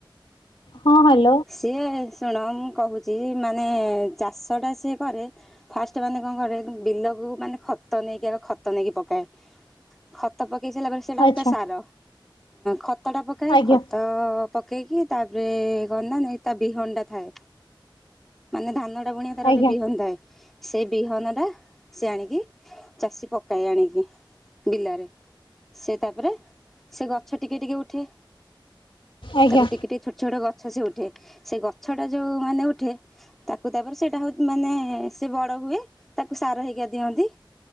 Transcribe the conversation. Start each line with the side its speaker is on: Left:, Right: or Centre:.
Left: ହଁ ହାଲ
Centre: ସିଏ ଶୁଣ ମୁଁ କହୁଛି ମାନେ ଚାଷଟା ସିଏ କରେ। ଫାଷ୍ଟ ମାନେ କଣ କରେ ବିଲକୁ ମାନେ ଖତ ନେଇକି ଆଗ ଖତ ନେଇକି ପକାଏ। ଖତ ପକେଇ ସାରିଲା ପରେ ସେଇଟା
Left: ଆଚ୍ଛା
Centre: ହଉଚି ତା ସାର ଖତ ଟା ପକଏ
Left: ଆଜ୍ଞା
Centre: ଖତ। ପକେଇକି ତାପରେ କଣ ନା ନେଇ ତା ବିହନ ଟା ଥାଏ। ମାନେ ଧାନ ଟା ବୁଣିବା ତାର
Left: ଆଜ୍ଞା
Centre: ଗୋଟେ ବିହନ ଥାଏ। ସେଇ ବିହନ ଟା ସେ ଆଣିକି ଚାଷୀ ପକାଏ ଆଣିକି ବିଲରେ। ସେ ତାପରେ ସେ ଗଛ ଟିକେ ଟିକେ ଉଠେ।
Left: ଆଜ୍ଞା
Centre: ତାକୁ ଟିକେ ଟିକେ ଛୋଟ ଛୋଟ ଗ ଛ ସେ ଉଠେ ସେ ଗଛା ଟା ଯୋଉ ମାନେ ଉଠେ ତାକୁ ତାପରେ ସେଇଟା ହଉ ମାନେ ସେ ବଡ। ହୁଏ ତାକୁ ସାର ହେଇକା ଦିଅନ୍ତି